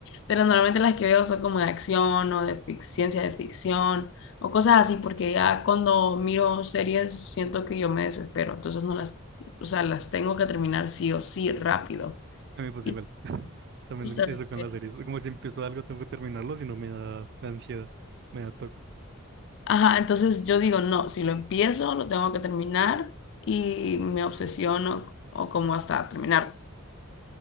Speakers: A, on the left; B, on the right.
A: Pero normalmente las que veo son como de acción o de fic- ciencia de ficción o cosas así, porque ya cuando miro series siento que yo me desespero, entonces no las, o sea, las tengo que terminar sí o sí rápido.
B: A mí pues
A: Y
B: igual, <laughs> también
A: me gusta
B: eso con
A: ver
B: las series. Como si empiezo algo, tengo que terminarlo, si no me da ansiedad, me da toque.
A: Ajá, entonces yo digo, no, si lo empiezo, lo tengo que terminar y me obsesiono o como hasta terminarlo.